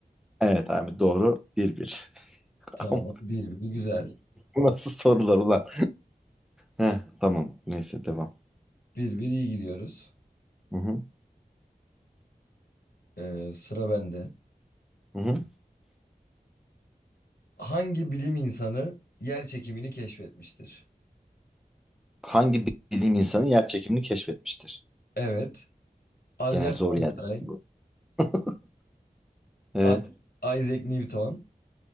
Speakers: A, in the centre; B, on the left (about 85°).
A: Evet abi doğru. Bir bir. <laughs>
B: Tamam.
A: Ama
B: Bir bir güzel.
A: Bu nasıl sorular ulan? Heh, tamam. Neyse devam.
B: Bir bir iyi gidiyoruz.
A: Hı hı.
B: Ee, sıra bende.
A: Hı hı.
B: Hangi bilim insanı yer çekimini keşfetmiştir?
A: Hangi bilim insanı yer çekimini keşfetmiştir?
B: Evet. Albert
A: Gene zor
B: Einstein.
A: yerde bu. <laughs> Evet.
B: I- Isaac Newton,